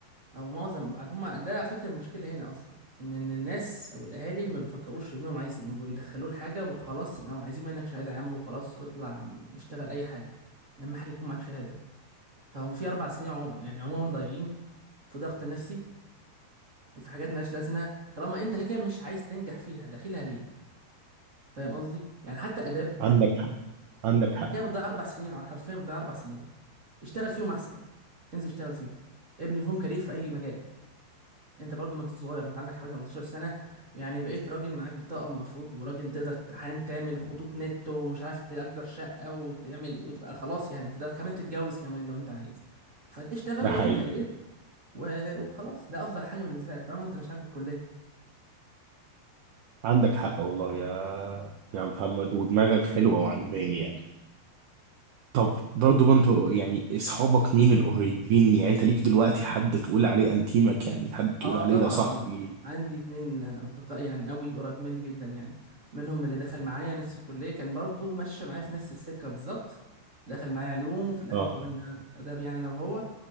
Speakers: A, on the right; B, on the right.
A: او معظم هما ده على فكره المشكله هنا اصلا ان إن الناس او الاهالي ما بيفكروش ابنهم عايز ايه هما بيدخلوه لحاجه وخلاص لو عايزين منك شهاده يا عم وخلاص واطلع نشتغل اي حاجه اهم حاجه يكون معاك شهاده فهم في اربع سنين عم... يعني عموما ضايعين في ضغط نفسي في حاجات مالهاش لازمه طالما انت كده كده مش عايز تنجح فيها داخلها ليه فاهم قصدي يعني حتى اداب
B: عندك حق عندك حق
A: انت كده بتضيع اربع سنين حرفيا بتضيع اربع سنين اشتغل فيهم احسن انزل اشتغل فيهم ابني فيهم كارير في اي مجال انت برضو ما انت صغير انت عندك حوالي 18 سنه يعني بقيت راجل معاك بطاقه المفروض وراجل تقدر حاليا تعمل خطوط نت ومش عارف تأجر شقه وتعمل وتبقى خلاص يعني انت ده كمان تتجوز كمان لو انت عايز فاشتغل
B: ده
A: وابني
B: حقيقي
A: كارير و- وخلاص ده افضل حاجه بالنسبه لك طالما انت مش عاجبك الكليه
B: عندك حق والله يا يا محمد ودماغك حلوة وعجباني يعني طب برضه ما انت يعني اصحابك مين القريبين يعني انت ليك دلوقتي حد تقول عليه انتيمك يعني حد تقول
A: اه
B: عليه
A: طبعا
B: ده صاحبي
A: اه عندي اتنين اصدقاء يعني قوي قريبين مني جدا يعني منهم اللي دخل معايا نفس الكليه كان برضو ماشي معايا في نفس السكه بالظبط دخل معايا علوم وفي الاخر
B: اه
A: حولنا اداب يعني انا وهو